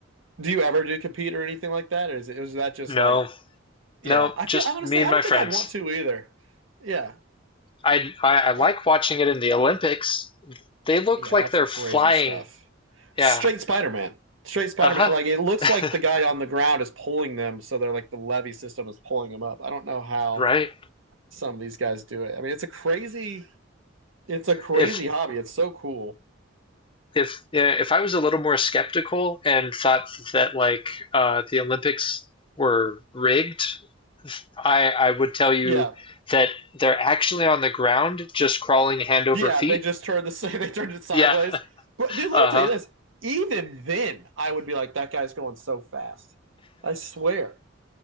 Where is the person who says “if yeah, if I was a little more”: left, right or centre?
Left